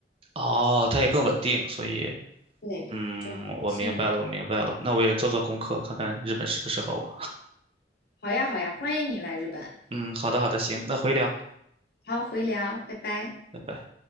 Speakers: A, on the right; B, on the left.
A: 哦，他也更稳定，所以。
B: 对，
A: 嗯，我明白了，
B: 幸运。
A: 我明白了。那我也做做功课，看看日本适不适合我。
B: 好呀，好呀，欢迎你来日本。
A: 嗯，好的，好的，行，那回聊，
B: 好，回聊，拜拜。
A: 拜拜。